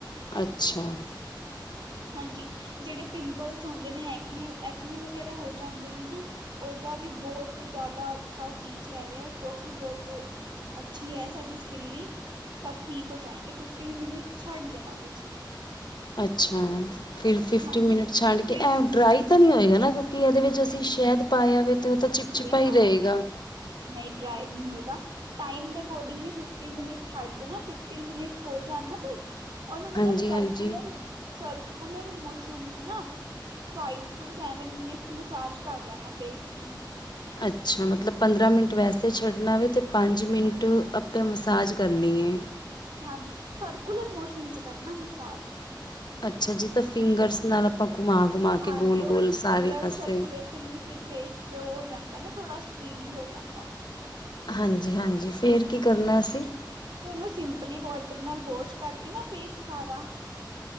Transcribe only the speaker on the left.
ਅੱਛਾ।
ਅੱਛਾ, ਫਿਰ ਫਿਫਟੀਨ
ਮਿੰਟ ਛੱਡ ਕੇ
ਇਹ ਡਰਾਈ। ਤਾਂ ਨਹੀਂ ਹੋਏਗਾ ਨਾ ਕਿਉਂਕਿ ਇਹਦੇ ਵਿੱਚ ਅਸੀਂ ਸ਼ਹਿਦ ਪਾਇਆ ਵੇ ਤੇ ਉਹ ਤਾਂ ਚਿਪ
ਚਿਪਾ ਹੀ ਰਹੇਗਾ।
ਹਾਂਜੀ-ਹਾਂਜੀ
ਅੱਛਾ, ਮਤਲਬ ਪੰਦਰਾਂ ਮਿੰਟ ਵੈਸੇ ਛੱਡਣਾ ਵਵੇ ਅਤੇ ਪੰਜ ਮਿੰਟ ਆਪਾਂ ਮਸਾਜ ਕਰਨੀ ਹੈ।
ਅੱਛਾ ਜੀ, ਤਾਂ ਫਿੰਗਰਸ ਨਾਲ ਆਪਾਂ ਘੁਮਾ ਕੇ
ਗੋਲ-ਗੋਲ
ਸਾਰੇ
ਪਾਸੇ
ਹਾਂਜੀ-ਹਾਂਜੀ, ਫਿਰ ਕੀ ਕਰਨਾ
ਅਸੀਂ?